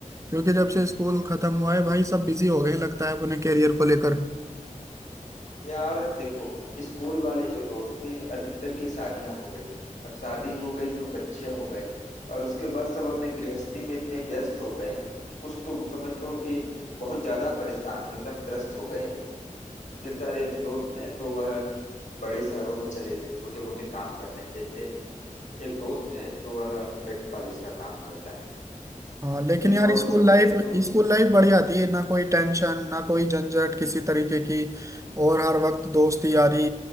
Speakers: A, on the right (about 20°); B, on the left (about 65°).
A: क्योंकि जब से स्कूल खत्म हुआ है भाई सब बिजी हो गए हैं लगता है अपने करियर को लेकर
B: यार देखो स्कूल वाले जो दोस्त थे अधिकतर की शादियां हो गई अब शादी हो गई तो बच्चे हो गए और उसके बाद सब अपने गृहस्थी में इतने व्यस्त हो गए कुछ तो समझ लो कि बहुत ज्यादा परेशान है एकदम त्रस्त हो गए हैं ढेर सारे दोस्त हैं तो वह बड़े शहरों में चले गए छोटे मोटे काम कर रहे हैं जैसे एक दोस्त है तो वह पेंट पॉलिश का काम करता है
A: हाँ लेकिन
B: एक
A: यार
B: और
A: स्कूल
B: दोस्त
A: लाइफ
B: है तो
A: स्कूल लाइफ बढ़िया थी ना कोई टेंशन ना कोई झंझट किसी तरीके की और हर वक्त दोस्ती यारी